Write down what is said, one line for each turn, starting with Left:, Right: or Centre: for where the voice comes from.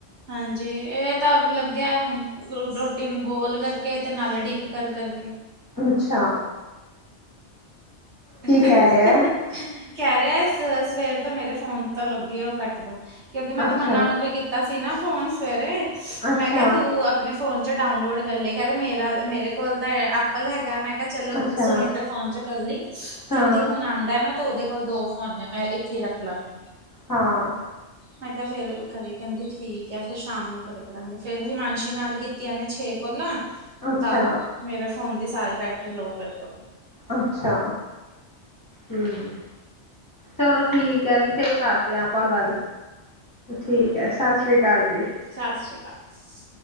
Right: ਹਾਂਜੀ ਇਹ ਤਾਂ ਲੱਗਿਆ ਹੁਣ ਰੋਟੀ ਨੂੰ ਗੋਲ ਕਰਕੇ ਤੇ ਨਾਲ ਡਿਪ ਕਰ ਕਰਕੇ
Left: ਅੱਛਾ
Right: <unintelligible>
Left: ਕੀ ਕਹਿ ਰਿਹਾ ਹੈ
Right: ਕਹਿ ਰਿਹਾ ਸਵੇਰ ਸਵੇਰ ਤੋਂ ਮੇਰੇ ਫੋਨ ਤੋਂ ਲੱਗੇ ਉਹ ਕੱਟ ਕਿਉਂਕਿ ਮੈਂ
Left: ਅੱਛਾ
Right: ਤਮੰਨਾ ਨੂੰ ਵੀ ਕੀਤਾ ਸੀ ਨਾ ਫੋਨ ਸਵੇਰੇ
Left: ਅੱਛਾ
Right: ਮੈਂ ਕਿਹਾ ਤੂੰ ਆਪਣੇ ਫੋਨ ਚ ਡਾਊਨਲੋਡ ਕਰ ਲਏ ਕਹਿ ਰਹੇ ਮੇਰਾ ਮੇਰੇ ਕੋਲ ਤਾਂ ਐਪਲ ਹੈਗਾ ਮੈਂ ਕਿਹਾ ਚਲੋ
Left: ਅੱਛਾ
Right: ਉਸੋ ਮ ਇਦਾਂ ਫੋਨ ਚ ਕਰ ਲਈ ਕਹਿੰਦੀ
Left: ਹਾਂ
Right: ਹੁਣ ਆਉਂਦਾ ਨਾ ਤੇ ਉਹਦੇ ਕੋਲ ਦੋ ਫੋਨ ਨੇ ਮੈਂ ਇੱਥੇ ਹੀ ਰੱਖ ਲਵਾਂਗੀ।
Left: ਹਾਂ।
Right: ਮੈਂ ਕਿਹਾ ਫੇਰ ਘਰੇ ਕਹਿੰਦੀ। ਠੀਕ ਹੈ ਫਰ ਸ਼ਾਮ ਨੂੰ ਕਰੇ ਕਰਾਂਗੇ ਫੇਰ ਹਿਮਾਂਸ਼ੀ ਨਾਲ ਕੀਤੀਆਂਨ ਨੇ ਛੇ ਕੋਲਾਂ।
Left: ਅੱਛਾ
Right: ਤਾਂ ਮੇਰੇ ਫੋਨ ਦੀ ਸਾਰੀ ਬੈਟਰੀ ਲੋਅ ਕਰ ਦਵੇ
Left: ਅੱਛਾ ਹਮ ਚਲੋ ਠੀਕ ਹੈ ਜੀ ਫੇਰ ਕਰ ਅਤੇ ਆਪਾਂ ਗੱਲ ਠੀਕ ਹੈ ਸਤਿ ਸ਼੍ਰੀ ਅਕਾਲ ਜੀ।
Right: ਸਤਿ ਸ਼੍ਰੀ ਅਕਾਲ